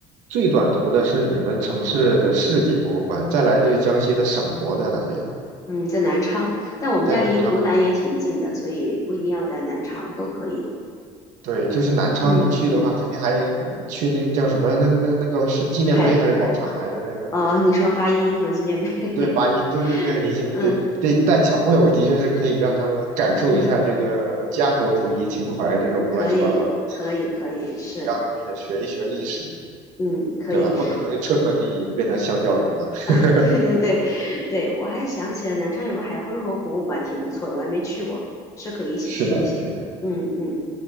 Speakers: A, on the right; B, on the left.
A: 最短途的是你们城市的市级博物馆，再来就是江西的省博在哪里了，
B: 嗯，在南昌，但我们家离湖南也挺近的，
A: 在南昌。
B: 所以不一定要在南昌，都可以。
A: 对，就是南昌，
B: 嗯，
A: 你去的话，肯定还嗯去那叫什么那个那个那个是纪念碑还是广场来着？
B: 还湖，
A: 那个
B: 呃，你说八一英雄纪念碑，
A: 对，八一对对对，
B: <laughs>
A: 你先得得带小朋友，
B: 嗯
A: 的确是可以让他们感受一下这个家国主义情怀这种乱七八糟的东西，
B: 嗯。可以，可以，可以，是，
A: 让他们也学一学历史，
B: 嗯，可以，
A: 对吧？不能彻彻底底的变成香蕉人嘛。<laughs>
B: <laughs> 对对对，对，我还想起了南昌有个海昏侯博物馆，挺不错的，我还没去过，是可以一起去一下。
A: 是的，是的。
B: 嗯嗯，